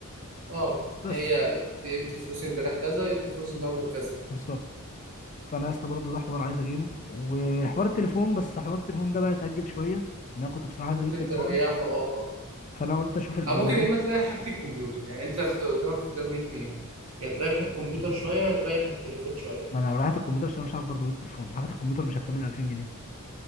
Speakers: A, on the right; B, on the left.
A: اه
B: بس
A: هي دي قيمة الفلوس امبارح كذا قيمة الفلوس النهارده كذا
B: بالظبط فانا لسه برضو ده حوار عايز اجيبه وحوار التليفون بس حوار التليفون ده بقى يتاجل شويه ان انا كنت بصراحه عايز
A: ممكن
B: اجيب تليفون
A: تريحه اه
B: فانا قلت اشوف الاولويات
A: أو ممكن يا إما تريح حاجة الكمبيوتر يعني أنت اخت- قدامك اختيار من اتنين يا تريح الكمبيوتر شوية يا تريح التليفون شويه
B: ما انا لو رحت الكمبيوتر عشان أنا مش عارف برضو اجيب تليفون حاجه الكمبيوتر مش هتكمل 2000 جنيه